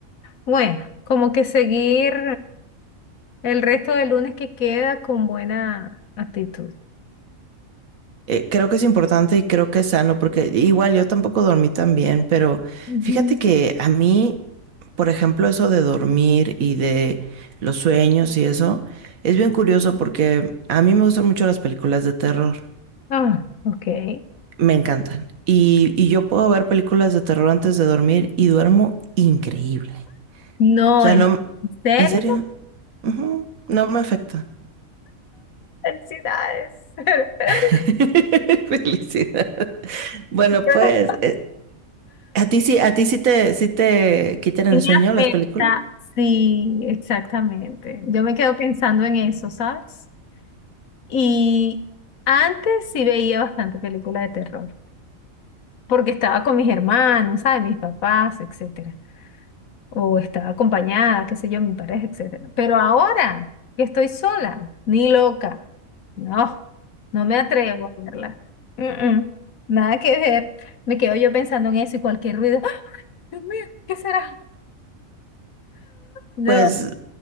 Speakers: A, on the left; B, on the right.
A: Bueno, como que seguir el resto del lunes que queda con buena actitud.
B: Eh, creo que es importante y creo que es sano porque igual yo tampoco dormí tan bien, pero
A: Ujú.
B: fíjate que a mí, por ejemplo, eso de dormir y de los sueños y eso, es bien curioso porque a mí me gustan mucho las películas de terror.
A: Ah, ok.
B: me encantan. Y, y yo puedo ver películas de terror antes de dormir y duermo increíble.
A: No,
B: O sea,
A: el...
B: no,
A: ¿En serio?
B: en serio, Ujú, no me afecta.
A: Felicidades. <laughs>
B: <laughs> Felicidad. Bueno,
A: Pero
B: pues, eh, ¿a ti sí, a ti sí te, sí te quitan el
A: sí
B: sueño
A: me afecta.
B: las películas?
A: Sí, exactamente. Yo me quedo pensando en eso, ¿sabes? Y antes sí veía bastante película de terror, porque estaba con mis hermanos, ¿sabes? Mis papás, etc. o estaba acompañada, qué sé yo, mi pareja, etcétera. Pero ahora que estoy sola, ni loca, no, no me atrevo a verla. Mm, mm, nada que ver. Me quedo yo pensando en eso y cualquier ruido. ¡Ah! Dios mío, ¿qué será? No.
B: Pues